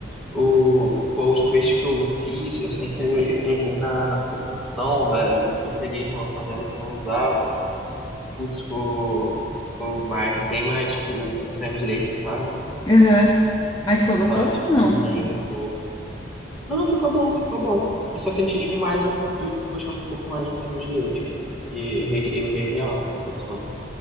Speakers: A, in the centre; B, on the left (about 20°).
A: O, pô, a última vez que eu fiz, eu sem querer errei na, na proporção, velho, porque eu peguei numa panela que eu não usava. Putz, ficou, ficou mais, bem mais, tipo, com creme de leite, sabe?
B: Aham. Mas ficou gostoso
A: Tá, tipo,
B: ou não
A: diminuindo
B: gostou?
A: um pouco. Não, ficou bom, ficou bom. Eu só senti, tipo, mais um, ele puxando um pouco mais de creme de leite, porque eu errei, eu errei real na proporção.